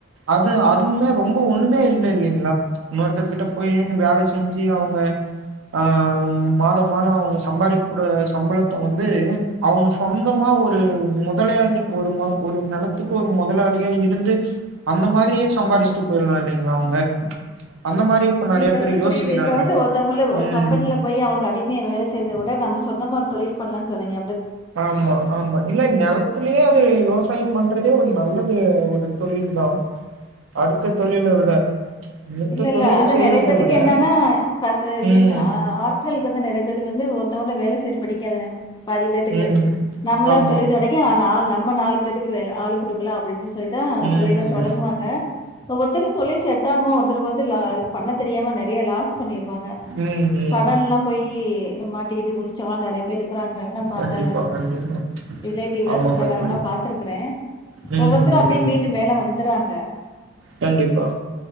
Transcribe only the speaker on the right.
அது அதுவுமே ரொம்ப ஒண்ணுமே இல்ல இல்லிங்ளா இன்னொருத்தர்கிட்ட போய் வேல செஞ்சி அவுங்க ஆ மாதம் மாதம் அவங்க சம்பாரிக்கூட சம்பளத்த வந்து அவங்க சொந்தமா ஒரு முதலயாக ஒரு ஒரு நிலத்துக்கு ஒரு முதலாளியா இருந்து அந்த மாதிரியே சம்பாரிச்சுட்டு போயில்லா இல்லைங்களா அவ்ங்க அந்த மாரி நெறைய
பேர்
யோசிக்கிறாங்க
ம்
ஆமா ஆமா இல்ல நிலத்தலியே விவசாயம் பண்றதே ஒரு நல்லது ஒரு தொழில்தா அடுத்த தொழில விட மித்த
தொழில்
செய்யறத
விட
ம்
ம்
ஆமா
ம்
ம்
ம்
ம் ம்
கண்டிப்பா கண்டிப்பா
ஆமாங்க
தோழி
ம்
ம்
ம்
கண்டிப்பா